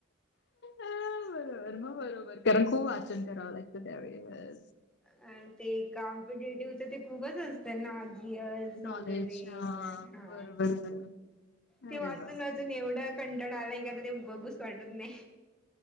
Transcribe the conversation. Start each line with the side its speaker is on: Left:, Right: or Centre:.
Left: अ बरोबर मग बरोबर कारण खूप वाचन करावं लागतं त्यावेळे.
Centre: अ ते कॉम्पिटेटिव्हच ते खूपच असतात ना जियल्स
Left: नॉलेज
Centre: वगैरे
Left: हा
Centre: म हा
Left: बरोबर बरोबर
Centre: ते
Left: अरे
Centre: वाचून
Left: बापरे.
Centre: वाचून एवढं कंटळ आलंय का तर ते बघूच वाटत नाही.